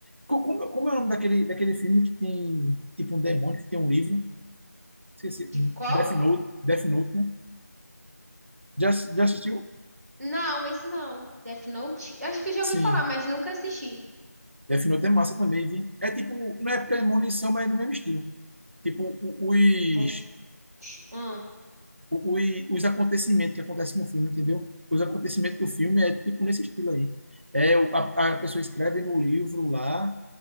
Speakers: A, on the right; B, on the right.
A: Co- Como, como é o nome daquele, daquele filme que tem tipo um demônio, que tem um livro? Esqueci.
B: De qual?
A: Death Note, Death Note, né? Já, já assistiu?
B: Não, esse não. Death Note? Eu acho que eu já
A: Sim.
B: ouvi falar, mas nunca assisti.
A: Death Note é massa também, vi. É tipo, não é premonição, mas é no mesmo estilo. Tipo, o- os,
B: Death Note. Hum.
A: o- os, os acontecimentos que acontecem no filme, entendeu? Os acontecimentos do filme é tipo nesse estilo aí. É, o- a, a pessoa escreve no livro lá,